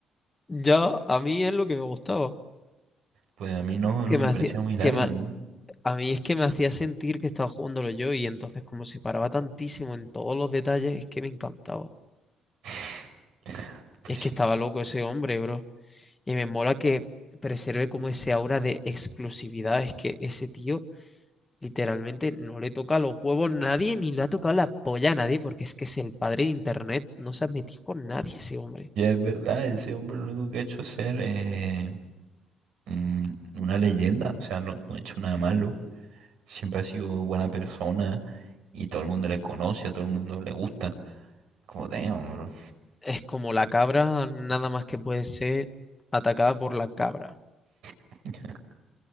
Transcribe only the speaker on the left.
Ya, a mí es lo que me gustaba.
Que
me
hacía,
que me
a mí es que me hacía sentir que estaba jugándolo yo y entonces como se paraba tantísimo en todos los detalles, es que me encantaba.
Es
que estaba loco ese hombre, bro. Y me mola que preserve como ese aura de exclusividad. Es que ese tío literalmente no le toca los huevos a nadie ni le ha tocado la polla a nadie porque es que es el padre de internet. No se ha metido con nadie ese hombre.
Es como la cabra, nada más que puede ser atacada por la cabra.